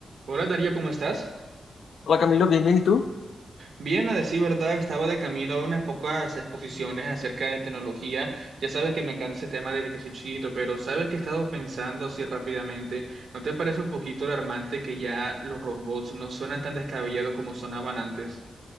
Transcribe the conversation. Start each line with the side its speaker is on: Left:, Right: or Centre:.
Right: Hola Darío, ¿cómo estás?
Left: Hola Camilo, bien, bien, ¿y tú?
Right: Bien, a decir verdad, estaba de camino a unas pocas exposiciones acerca de tecnología. Ya sabes que me encanta ese tema desde que soy chiquito, pero sabes que he estado pensando así rápidamente. ¿No te parece un poquito alarmante que ya los robots no suenan tan descabellados como sonaban antes?